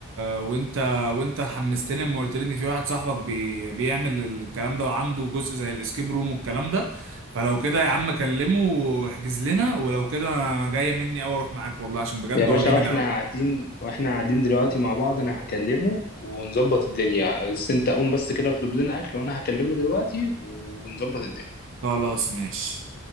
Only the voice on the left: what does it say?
يا باشا
واحنا
قاعدين واحنا قاعدين دلوقتي مع بعض انا هكلمه ونظبط الدنيا بس انت قوم بس كده اطلب لنا اكل وانا هكلمه دلوقتي ونظبط الدنيا